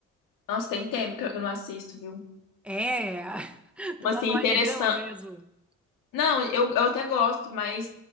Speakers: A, on the left; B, in the centre.
A: Nossa, tem tempo que eu que eu não assisto, viu?
B: É, <laughs>
A: Uma,
B: tu gosta
A: assim, interessante.
B: mais de drama mesmo.
A: Não, eu, eu até gosto, mas